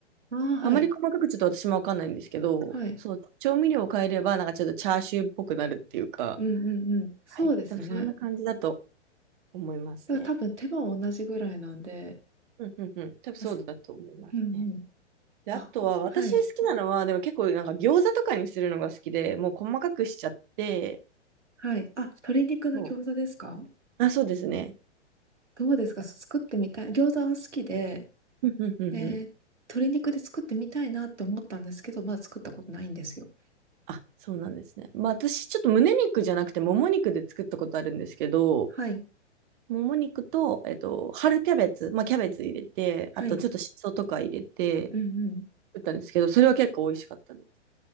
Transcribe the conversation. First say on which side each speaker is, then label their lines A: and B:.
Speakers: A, on the right; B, on the right.
A: ああ、はい。
B: あまり細かくちょっと私もわかんないんですけど、
A: はい。
B: そう、調味料を変えれば、なんかちょっとチャーシューっぽくなるっていうか、
A: うんうんうん。そうですね。
B: はい。多分そんな感じだと思いますね。
A: だから多分手間は同じぐらいなんで、
B: うんうんうん。多分そうだと思いますね。
A: あすうんうん。
B: で、
A: あ、
B: あとは、
A: こ、
B: 私好きなのは、
A: はい。
B: でも結構なんか餃子とかにするのが好きで、もう細かくしちゃって、
A: はい。あ、鶏肉の餃子ですか
B: そう。あ、そうですね。
A: どうですか作ってみたい。餃子は好きで、
B: うんうんうんうん。
A: で、鶏肉で作ってみたいなって思ったんですけど、まだ作ったことないんですよ。
B: あ、そうなんですね。まあ私、ちょっと胸肉じゃなくて、もも肉で作ったことあるんですけど、
A: はい。
B: もも肉と、えっと、春キャベツ、まあキャベツ入れて、
A: はい。
B: あとちょっとしそとか入れて、
A: うんうん。
B: 作ったんですけど、それは結構美味しかったです。